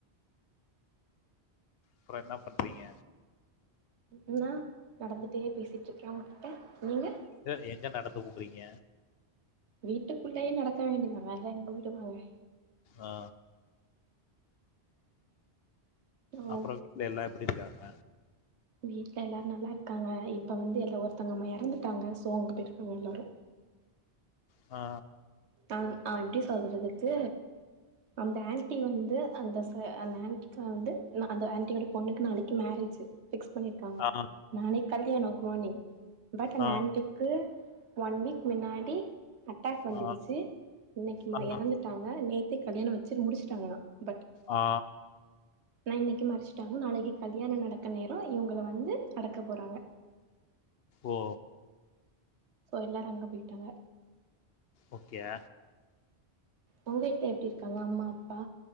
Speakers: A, on the left; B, on the right.
A: அப்றோ என்ன பண்றீங்க
B: என்னா நடந்துட்டே பேசிட்டுருக்கே உங்ககிட்ட நீங்க
A: சிஸ்டர் எங்க நடந்து ஊடுறீங்க
B: வீட்டுக்குள்ளயே நடக்க வேண்டியதா வேற எங்க வீடு போவே
A: ஆ
B: ஓ
A: அப்பறோ <inaudible> எல்லா எப்படி இருக்காங்க
B: வீட்டுல எல்லாரு நல்லாருக்காங்க இப்ப வந்து எல்ல ஒருத்தவங்க இறந்துட்டாங்க சோ அங்க போயிருக்காங்க எல்லாரு
A: ஆ
B: அ அ எப்டி சொல்றதுக்கு அந்த ஆன்ட்டி வந்து அந்த ச அந்த ஆன்ட்டிக்கு வந்து ந அந்த ஆன்ட்டியோட பொண்ணுக்கு நாளைக்கு மேரேஜு ஃபிக்ஸ் பண்ணிருக்காங்க
A: ஆ,
B: நானே கல்யாணோ குமார்னிங் பட் அந்த
A: ஆ,
B: ஆன்டி க்கு ஒன் வீக் மின்னாடி அட்டாக் வந்துடுச்சு
A: ஆ,
B: இன்னைக்கி ம
A: ஆ,
B: எறந்து வந்துட்டாங்க நேத்தே கல்யாணம் வச்சு முடிச்சுட்டாங்ளா பட்
A: ஆ
B: நா இன்னிக்கு மறிச்சுட்டாங்க நாளைக்கு கல்யாணம் நடக்க நேரோ இவங்கள வந்து அடக்க போறாங்க
A: ஓ
B: சோ எல்லாரு அங்க போயிட்டாங்க
A: ஓக்கிய
B: உங்க வீட்ல எப்டி இருக்காங்க அம்மா அப்பா